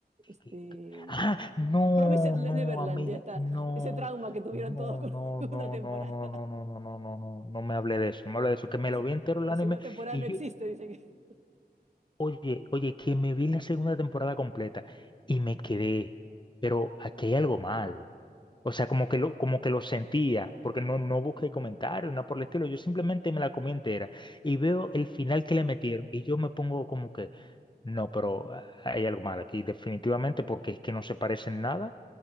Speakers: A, on the right; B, on the left.
A: Este,
B: ¿Qué- qué? Ah, no,
A: Promised Le-
B: no,
A: Neverland,
B: amiga,
A: ya está.
B: no,
A: Ese trauma que tuvieron
B: no,
A: todos con
B: no,
A: la <laughs> segunda
B: no,
A: temporada.
B: no, no, no, no, no, no, no, no, no me hable de eso, no me hable de eso, que me
A: Dice,
B: lo vi entero el
A: la
B: anime
A: segunda temporada
B: y
A: no existe,
B: yo,
A: dicen. <laughs>
B: Oye, oye, que me vi la segunda temporada completa y me quedé, pero aquí hay algo mal. O sea, como que lo, como que lo sentía, porque no, no busqué comentarios, nada por el estilo, yo simplemente me la comí entera y veo el final que le metieron y yo me pongo como que, no, pero ah, hay algo mal aquí, definitivamente, porque es que no se parece en nada